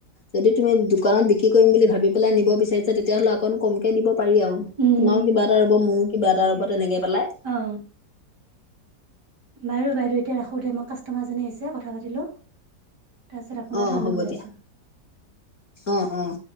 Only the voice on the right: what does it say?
উম
অঁ। বাৰু বাইদেউ, এতিয়া ৰাখোঁ দেই। মোৰ কাষ্টমাৰ এজনী আহিছে কথা পাতি লওঁ। তাৰপিছত আপোনাৰ
ঠাইলৈ
গৈ
আছোঁ